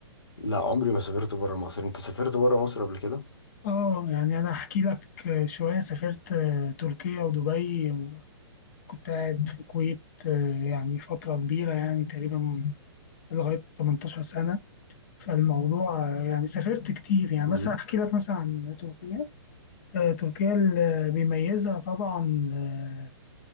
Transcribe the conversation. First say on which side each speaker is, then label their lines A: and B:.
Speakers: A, on the left; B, on the left.
A: لا عمري ما سافرت بره مصر انت سافرت بره مصر قبل كده
B: اه يعني انا احكي لك آه، شويه سافرت آه، تركيا ودبي وكنت قاعد في الكويت آه، يعني فتره كبيره يعني تقريبا لغايه 18 سنه فالموضوع آه، يعني سافرت كتير يعني
A: امم
B: مثلا احكي لك مثلا عن تركيا آه، تركيا اللي بيميزها طبعا آه،